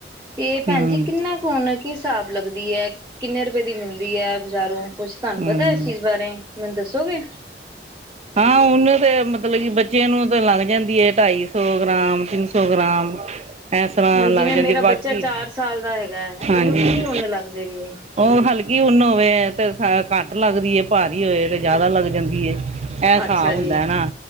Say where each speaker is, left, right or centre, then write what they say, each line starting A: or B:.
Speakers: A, on the right; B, on the right.
A: ਤੇ ਭੈਣ
B: ਹੂੰ,
A: ਜੀ ਕਿੰਨਾ ਕੁਣ ਕੀ ਹਿਸਾਬ ਲੱਗਦੀ ਹੈ ਕਿੰਨੇ ਰੁਪਏ ਦੀ ਮਿਲਦੀ ਹੈ ਬਜ਼ਾਰੋਂ ਕੁਛ ਤੁਹਾਨੂੰ
B: ਹਮ-ਹਮ
A: ਪਤਾ ਇਸ ਚੀਜ਼ ਬਾਰੇ ਮੈਨੂੰ ਦੱਸੋਗੇ
B: ਹਾਂ ਉਹਨੇ ਤੇ ਮਤਲਬ ਕਿ ਬੱਚੇ ਨੂੰ ਤੇ ਲੰਘ ਜਾਂਦੀ ਹੈਏ ਢਾਈ ਸੌ ਗ੍ਰਾਮ ਸੌ ਗ੍ਰਾਮ ਇਸ ਤਰ੍ਹਾਂ
A: ਹੁਣ
B: ਲੱਗ
A: ਜਿਵੇਂ
B: ਜਾਂਦੀ
A: ਮੇਰਾ
B: ਬਾਕੀ
A: ਬੱਚਾ ਚਾਰ ਸਾਲ ਦਾ ਹੈਗਾ
B: ਹਾਂਜੀ
A: ਇਹਨੂੰ ਕਿੰਨੀ ਉੱਨ ਲੱਗ ਜਾਏਗੀ
B: ਉਹ ਹਲਕੀ ਹੁਨ ਹੋਵੇ ਤੇ ਅ ਘੱਟ ਲੱਗਦੀ ਹੈ ਭਾਰੀ ਹੋਏ ਤੇ ਜਿਆਦਾ ਲੱਗ ਜਾਂਦੀ ਇਹਸਫ਼
A: ਅੱਛਾ ਜੀ
B: ਹੁੰਦਾ ਹਨਾ